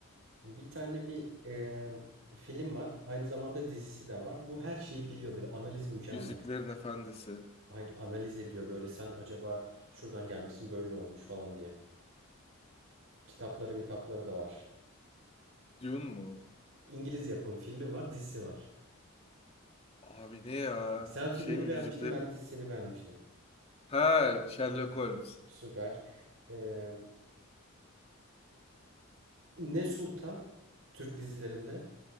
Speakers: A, on the right; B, on the left.
A: bir tane bir eee, film var. Aynı zamanda dizisi de var. Bu her şeyi biliyor böyle. Analiz mükemmel.
B: Yüzüklerin Efendisi.
A: Hayır, analiz ediyor böyle. Sen acaba şuradan gelmişsin böyle olmuş falan diye. Kitapları mitapları da var.
B: Dune mu?
A: İngiliz yapım filmi var, dizisi var.
B: Abi ne ya?
A: Sen
B: Şey
A: filmini
B: mi
A: beğenmiştin,
B: yüzükler?
A: ben dizisini beğenmiştim.
B: Ha Sherlock Holmes.
A: Süper. Eee, Ne Sultan Türk dizilerinde